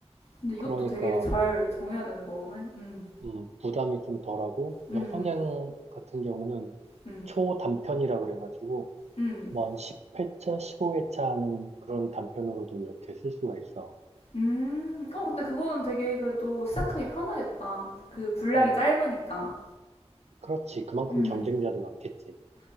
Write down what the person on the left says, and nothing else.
근데
이것도 되게 잘 정해야 되는 거네. 음,
음,
음,
음.
음, 어, 근데 그거는 되게 그래도 시작하기 편하겠다. 그 분량이
짧으니까.
음,